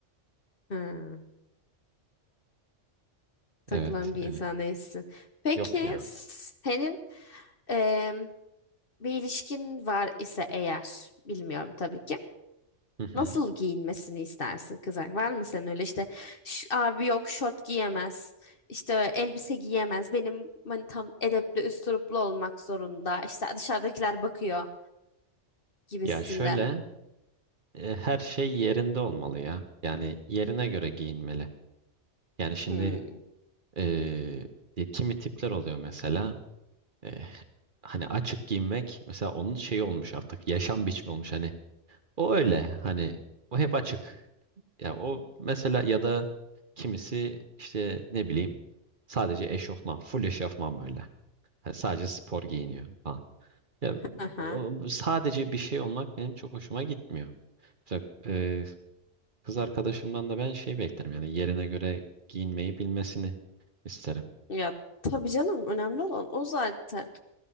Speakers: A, on the left; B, on the right.
A: Ha, takılan
B: Evet
A: bir
B: yani
A: insan değilsin. Peki
B: yok ya.
A: senin em, bir ilişkin var ise eğer, bilmiyorum tabii ki.
B: Hı hı.
A: Nasıl giyinmesini istersin kızar? Var mı senin öyle işte "Ş- abi yok şort giyemez, işte elbise giyemez, benim hani tam edepli üsturuplu olmak zorunda, işte dışarıdakiler bakıyor gibisinden.
B: Ya şöyle e, her şey yerinde olmalı ya. Yani yerine göre giyinmeli. Yani şimdi
A: Hmm.
B: eee, e, kimi tipler oluyor mesela Eh, hani açık giyinmek mesela onun şeyi olmuş artık yaşam biçimi olmuş hani o öyle hani o hep açık. Ya o mesela ya da kimisi işte ne bileyim sadece eşofman full eşofman böyle Hani sadece spor giyiniyor falan. Ya
A: Aha.
B: o, sadece bir şey olmak benim çok hoşuma gitmiyor. Mesela, eh, kız arkadaşımdan da ben şey beklerim yani yerine göre giyinmeyi bilmesini isterim.
A: Ya tabii canım önemli olan o zaten.